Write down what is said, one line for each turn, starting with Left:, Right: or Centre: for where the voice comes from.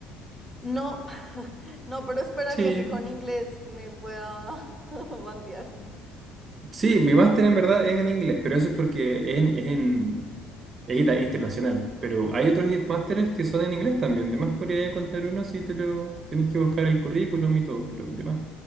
Centre: No, <laughs> no, pero esperaría
Right: Sí,
Centre: que con inglés me pueda <laughs> bandear.
Right: sí, mi máster en verdad es en inglés, pero eso es porque es en, es en- es ita- internacional. Pero hay otros másteres que son en inglés también. De más podría encontrar uno si te lo tenés que buscar el currículum y todo, pero de más.